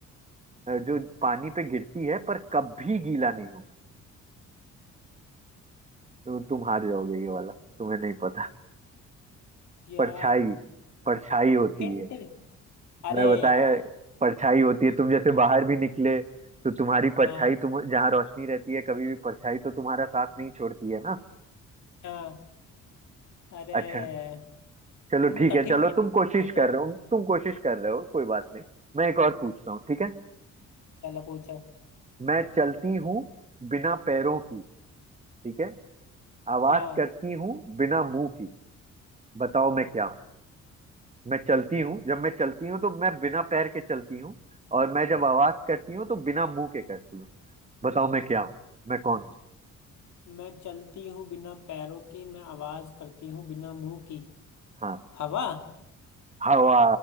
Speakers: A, on the right; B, on the left.
A: अ, जो पानी पे गिरती है पर कभी गीला नहीं होगा तो तुम हार
B: अच्छा
A: जाओगे ये वाला तुम्हें नहीं पता
B: यार
A: परछाई परछाई होती
B: हिंट
A: है
B: अरे
A: मैं बताया
B: यार
A: परछाई होती है तुम जैसे बाहर भी निकले तो तुम्हारी परछाई
B: हाँ
A: तुम जहाँ रोशनी रहती है कभी भी परछाई तो तुम्हारा साथ नहीं छोड़ती है ना
B: हाँ अरे
A: अच्छा चलो
B: तुम
A: ठीक
B: कठिन
A: है चलो
B: कठिन
A: तुम
B: पूछ
A: कोशिश
B: रहे
A: कर
B: हो
A: रहे हो तुम कोशिश कर रहे हो कोई बात नहीं मैं एक और पूछता हूँ ठीक है
B: चलो पूछो
A: मैं चलती हूँ बिना पैरों की ठीक है आवाज
B: हाँ
A: करती हूँ बिना मुंह की बताओ मैं क्या हूँ मैं चलती हूँ जब मैं चलती हूँ तो मैं बिना पैर के चलती हूँ और मैं जब आवाज करती हूँ तो बिना मुंह के करती हूँ बताओ मैं क्या हूँ मैं कौन हूँ?
B: मैं चलती हूँ बिना पैरों की मैं आवाज करती हूँ बिना मुंह की
A: हाँ
B: हवा
A: हवा